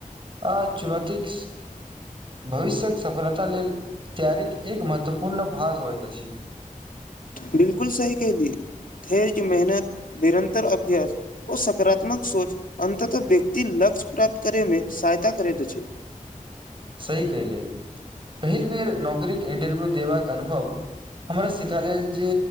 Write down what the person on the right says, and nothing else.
आ चुनौतीक भविष्यक सफलता लेल तैयारिक एक महत्वपूर्ण भाग होइत अछि।
सही केहलिये पहिल बेर नौकरीे कऽ इंटरव्यू देबाक अनुभव हमरा सिकाल गेल जे